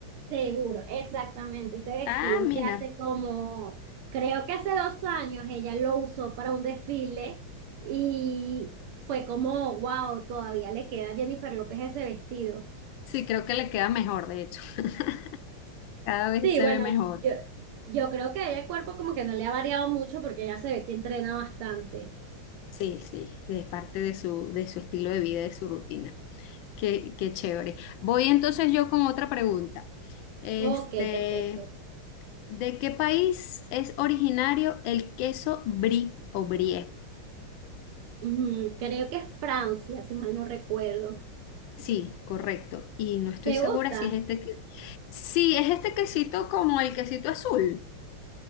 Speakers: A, on the right (about 80°); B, on the left (about 70°).
A: Seguro, exactamente, ese vestido
B: Ah, mira.
A: que hace como, creo que hace dos años ella lo usó para un desfile y fue como, wow, todavía le queda a Jennifer López ese vestido.
B: Sí, creo que le queda mejor, de hecho. <laughs> Cada vez
A: Sí,
B: se
A: bueno,
B: ve mejor.
A: yo, yo creo que a ella el cuerpo como que no le ha variado mucho porque ya se ve que entrena bastante.
B: Sí, sí, es parte de su, de su estilo de vida, de su rutina. Qué, qué chévere. Voy entonces yo con otra pregunta. Este,
A: Ok, perfecto.
B: ¿de qué país es originario el queso brie o brie?
A: Mm, creo que es Francia, si mal no recuerdo.
B: Sí, correcto. Y no estoy
A: ¿Te
B: segura
A: gusta?
B: si es este que... Sí, es este quesito como el quesito azul.